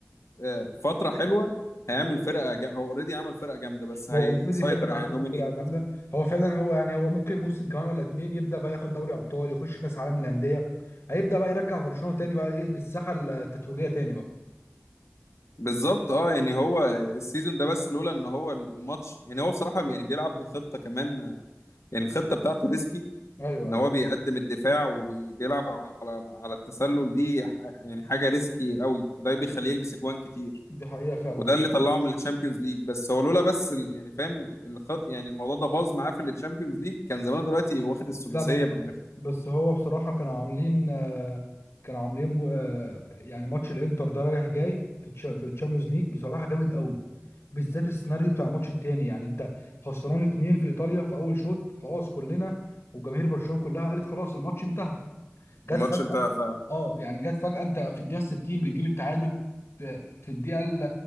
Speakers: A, on the left; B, on the left.
A: آه، فتره حلوه هيعمل فرقه جا... هو اوريدي عمل فرقه جامده بس هيسيطر
B: هو اوريدي فعلا
A: يعني
B: عمل
A: هيدومينيت
B: فرقه جامده هو فعلا هو يعني هو ممكن موسم كمان ولا اتنين يبدا بقى ياخد دوري ابطال يخش كاس عالم للانديه هيبدا بقى يرجع برشلونه تاني بقى ايه للساحه التتويجيه تاني بقى
A: بالظبط اه يعني هو السيزون ده بس لولا ان هو الماتش يعني هو بصراحه يعني بيلعب بخطه كمان آه، يعني الخطه بتاعته ريسكي
B: ايوه
A: ان
B: ايوه
A: هو بيقدم الدفاع وبيلعب على على التسلل دي ح- يعني حاجه ريسكي قوي وده بيخليه يلبس اجوان كتير
B: دي حقيقه فعلا
A: وده اللي
B: هو
A: طلعه من الشامبيونز ليج بس هو لولا بس ال- يعني فاهم الخط يعني الموضوع ده باظ معاه في الشامبيونز ليج كان زمانه دلوقتي واخد السداسيه
B: لا بس
A: بمرتاح
B: بس هو بصراحه كانوا عاملين آه، كانوا عاملين م- آه، يعني ماتش الانتر ده رايح جاي في تش- في الشامبيونز ليج بصراحه جامد قوي بالذات السيناريو بتاع الماتش التاني يعني انت خسران اتنين في ايطاليا في اول شوط خلاص كلنا وجماهير برشلونه كلها قالت خلاص الماتش انتهى جت
A: الماتش
B: فجأة
A: انتهى فعلا
B: اه يعني جت فجأة انت في الدقيقة 60 بتجيب التعادل في في الدقيقة ال-